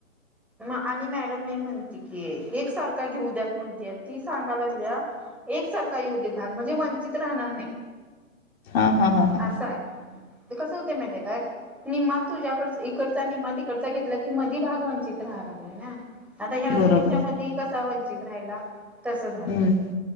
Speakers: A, in the centre; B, on the left.
A: आणि मॅडम नाही म्हणते की एक सारखा घेऊ द्यात म्हणते ती सांगायला लागल्या एकसारखा येऊ दे भाग म्हणजे वंचित राहणार नाही
B: हा हा हा हा
A: अस हाय, ते कसं होते माहिती काय निम्मा तुझ्याकडचा, इकडचा निम्मात इकडचा घेतला की मधी भाग वंचित राहा लागला ना. आता ह्या दोघींच्या
B: बरोबर हम्म
A: मध्ये कसा वंचित राहिला. तस झालं.
B: हम्म